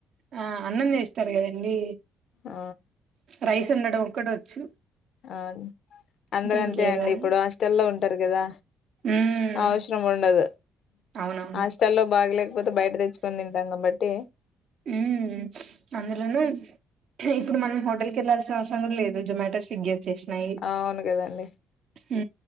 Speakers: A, on the right (about 65°); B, on the left (about 60°).
A: ఆ అన్నం చేస్తారు కదండీ
B: ఆ
A: రైస్ వండడం ఒక్కటి వచ్చు
B: అ అందరు అంతే
A: ఇంకేం
B: అండి
A: రాదు
B: ఇప్పుడు హాస్టల్ల్లో ఉంటారు గదా
A: ఉమ్,
B: అవసరం ఉండదు
A: అవునవును
B: హాస్టల్లో బాలేగు పోతే బయట తెచ్చుకొని తింటాం కాబట్టి
A: ఉ అందులోను ఇప్పుడు మనం హోటల్కి వెళ్ళల్సిన అవసరం కూడా లేదు జొమాటో స్విగ్గీఏ చేసినయి
B: అవును కదండి
A: హు